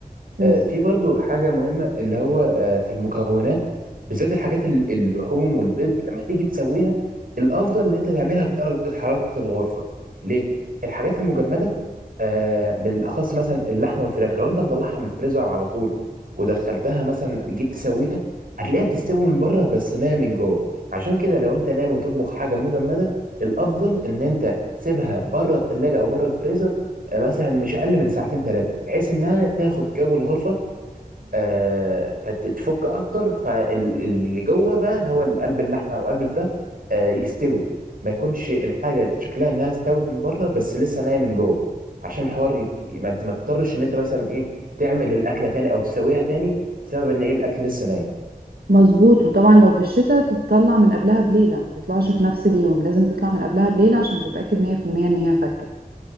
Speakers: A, on the right; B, on the right.
A: بالظبط
B: آه، في برضو حاجة مهمة اللي هو آه، في المكونات بالذات الحاجات ال- اللحوم والبيض لما تيجي تسويها الأفضل إن أنت تعملها بدرجة حرارة الغرفة ليه؟ الحاجات المجمدة آه، بالأخص مثلا اللحمة والفراخ لو أنت مطلعها من الفريزر على طول ودخلتها مثلا جيت تسويها هتلاقيها بتستوي من بره بس ناية من جوه عشان كده لو أنت ناوي تطبخ حاجة مجمدة الأفضل إن أنت تسيبها بره التلاجة أو بره الفريزر مثلا مش اقل من ساعتين ثلاثه بحيث انها تاخد جو الغرفه آه، فتتفك اكتر فاللي جوه بقى اللي هو قلب اللحمه او قلب الفراخ آه، يستوي ما يكونش الحاجه شكلها انها استوت من بره بس لسه نايه من جوه عشان الحوار يك... ما ما تضطرش ان انت مثلا ايه تعمل الاكله تاني او تسويها تاني بسبب ان ايه الاكل لسه ناي
A: مظبوط وطبعا لو في الشتاء تطلع من قبلها بليلة ما تطلعش في نفس اليوم لازم تطلع من قبلها بليلة عشان تتأكد 100% ان هي فكت